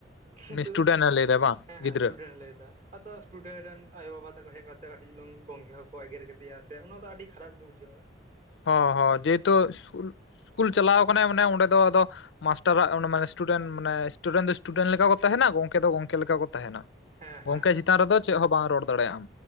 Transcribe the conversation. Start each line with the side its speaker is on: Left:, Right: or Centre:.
Right: ᱠᱤᱱᱛᱩ
Left: ᱥᱴᱩᱰᱮᱱᱴ ᱮ ᱞᱟᱹᱭ ᱮᱫᱟ ᱵᱟᱝ
Right: ᱦᱮᱸ
Left: ᱜᱤᱫᱽᱨᱟᱹ
Right: ᱦᱮᱸ ᱥᱴᱩᱰᱮᱱᱴ ᱞᱟᱹᱭ ᱮᱫᱟ ᱟᱫᱚ ᱥᱴᱩᱰᱮᱱᱴ ᱨᱮᱱ ᱟᱭᱳ ᱵᱟᱵᱟ ᱛᱟᱠᱚ ᱦᱮᱡ ᱠᱟᱛᱮᱫ ᱠᱟᱹᱴᱤᱡ ᱪᱩᱞᱩᱝ ᱜᱚᱝᱜᱮ ᱦᱚᱸᱠᱚ ᱮᱜᱮᱨ ᱠᱮᱫᱮᱭᱟ ᱥᱮ ᱚᱱᱟᱫᱚ ᱟᱹᱰᱤ ᱠᱷᱟᱨᱟᱯ ᱜᱮ ᱵᱩᱡᱷᱟᱹᱜᱼᱟ
Left: ᱦᱚᱸ ᱦᱚᱸ ᱡᱮᱦᱮᱛᱩ ᱥᱠᱩᱞ ᱥᱠᱩᱞ ᱪᱟᱞᱟᱣ ᱟᱠᱟᱱᱟᱭ ᱢᱟᱱᱮ ᱚᱸᱰᱮ ᱫᱚ ᱟᱫᱚ ᱢᱟᱥᱴᱟᱨᱟᱜ ᱢᱟᱱ ᱥᱴᱩ ᱰᱮᱱ ᱢᱟᱱᱮ ᱥᱴᱩᱰᱮᱱᱴ ᱫᱚ ᱥᱴᱩᱰᱮᱱᱴ ᱞᱮᱠᱟ ᱠᱚ ᱛᱟᱦᱮᱱᱟ ᱜᱚᱝᱠᱮ ᱫᱚ ᱜᱚᱝᱠᱮ ᱞᱮᱠᱟ ᱠᱚ ᱛᱟᱦᱮᱱᱟ
Right: ᱦᱮᱸ ᱦᱮᱸ
Left: ᱜᱚᱝᱠᱮ ᱪᱮᱛᱟᱱ ᱨᱮᱫᱚ ᱪᱮᱜᱽ ᱦᱚᱸ ᱵᱟᱝ ᱨᱚᱲ ᱫᱟᱲᱮᱭᱟᱜᱼᱟᱢ᱾